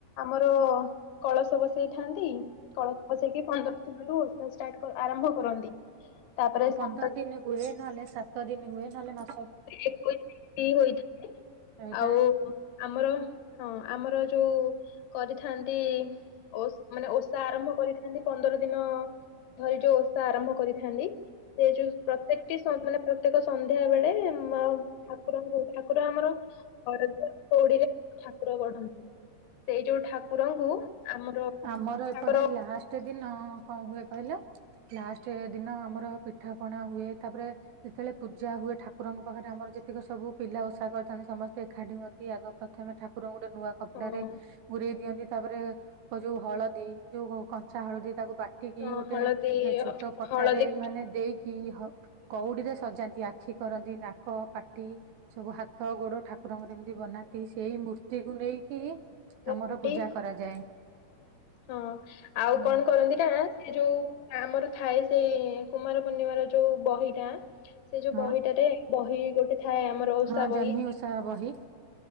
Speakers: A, on the left; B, on the right.
A: ଆମର କଳସ ବସେଇଥାନ୍ତି କଳସ ବସେଇକି ପନ୍ଦର ଦିନରୁୁ ଓଷା ଷ୍ଟାର୍ଟ ଆରମ୍ଭ କରନ୍ତି। ତାପରେ ସାତ
B: ପନ୍ଦର ଦିନ ହୁଏ ନହେଲେ ସାତ ଦିନ ହୁଏ ନହେଲେ ମା
A: ଏକୋଇସି ଦିନିବି ହୋଇଥାଏ
B: ରହିଥାଏ
A: ଆଉ ଆମର ହଁ ଆମର ଯୋଉ କରିଥାନ୍ତି ଓସ୍ ମାନେ ଓଷା ଆରମ୍ଭ କରିଥାନ୍ତି ପନ୍ଦର ଦିନ ଧରି ଯୋଉ ଓଷା ଆରମ୍ଭ କରିଥାନ୍ତି ସେ ଯୋଉ ପ୍ରତ୍ୟେକଟି ସ ମାନେ ପ୍ରତ୍ୟେକ ସନ୍ଧ୍ୟା ବେଳେ ମା ଠାକୁରଙ୍କୁ ଠାକୁର ଆମର ହଳଦୀଆ କୋଡିରେ ଠାକୁର ଗଢନ୍ତି। ସେଇ ଯୋଉ ଠାକୁରଙ୍କୁ ଆମର
B: ଆମର ଏପଟେ
A: ତାଙ୍କର
B: ଲାଷ୍ଟ ଦିନ କଣ ହୁଏ କହିଲ ଲାଷ୍ଟ ଚେ ଦିନ ଆମର ପିଠା ପଣା ହୁଏ ତାପରେ ଯେତେବେଳେ ପୂଜା ହୁଏ ଠାକୁରଙ୍କ ପାଖରେ ଆମର ଯେତିକ ସବୁ ପିଲା ଓଷା କରିଥାନ୍ତି ସମସ୍ତେ ଏକାଠି ହୁଅନ୍ତି ଆଗ ପ୍ରଥମେ ଠାକୁରଙ୍କୁ ଗୋଟେ ନୂଆ କପଡାରେ
A: ହଁ
B: ଘୁରେଇ ଦିଅନ୍ତି ତାପରେ ଯୋଉ ହଳଦୀ ଯୋଉ କଞ୍ଚା ହଳଦୀ ତାକୁ ବାଟିକି
A: ହଁ
B: ଗୋଟେ
A: ହଳଦୀ
B: ଛୋଟ ପଟାରେ
A: ହଳଦୀ
B: ମାନେ ଦେଇକି ହ କଉଡିରେ ସଜାନ୍ତି। ଆଖି କରନ୍ତି ନାକ ପାଟି ସବୁ ହାତ ହାତ ଗୋଡ ଠାକୁରଙ୍କର ଏମିତି ବନାନ୍ତି ସେଇ ମୂର୍ତ୍ତିକୁ ନେଇକି
A: କଉଡିରେ
B: ଆମର ପୂଜା କରାଯାଏ।
A: ହଁ ଆଉ
B: ହୁଁ
A: କଣ କରନ୍ତି ନା ସେ ଯୋଉ ଆମର ଥାଏ ସେଇ କୁମାର ପୂର୍ଣ୍ଣିମାରେ ଯୋଉ ବହିଟା ସେ ଯୋଉ
B: ହଁ
A: ବହିଟାରେ ବହି ଗୋଟେ ଥାଏ ଆମର ଓଷା
B: ହଁ ଜହ୍ନି
A: ବହି
B: ଓଷା ବହି